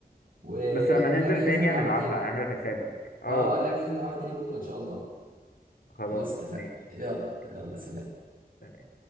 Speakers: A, on the right; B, on the left.
A: وإحنا
B: بس لما ننزل
A: اللعبة دي
B: تاني
A: لازم نلعبها
B: هنلعبها
A: تاني
B: اعمل حسابك اه
A: آه اللعبة دي لازم نلعبها تاني بكرة إن شاء الله
B: خلاص
A: خلاص اتفقنا
B: ماشي
A: يلا يلا
B: اتفقنا
A: سلام
B: سلام.